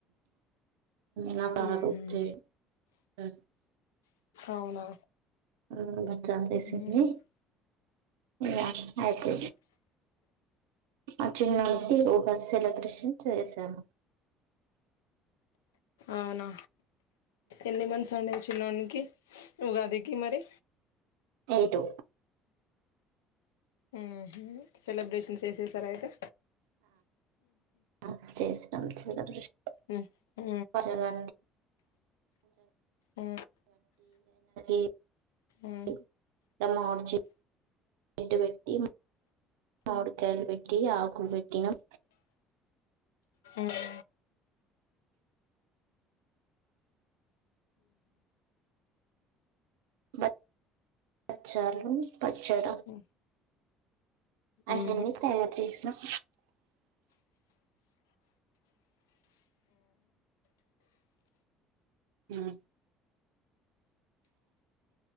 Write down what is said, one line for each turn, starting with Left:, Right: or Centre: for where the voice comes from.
Right: నాకు
Left: ఉహు
Right: రాదు చేయడం
Left: అవునా
Right: ఉ.. డ్రంపేసింది
Left: ఉహు
Right: ఆహా అయిపో ఆ చిన్నదికి ఊకే సెలబ్రేషన్ చేసాను
Left: అవునా ఎన్ని మంత్స్ అండి చిన్నోనికి ఉగాదికి మరి
Right: ఏ టూ
Left: మ్మ్ హ్మ్ సెలబ్రేషన్స్ చేసేసారఆయితే
Right: ఆ చేసినం సెలబ్రెషన్
Left: ఉ ఉ
Right: పర్సనల్ గా
Left: ఉ
Right: <inaudible>
Left: ఉ ఉ
Right: రమ్మాంచి వెడ్వట్టి మామిడికాయలు వెట్టి ఆకు పెట్టినం
Left: మ్
Right: బచ్ బచ్చాలు పచ్చడ
Left: ఉ
Right: అయన్నీ
Left: ఉ ఉ
Right: తయారు చేసినం మ్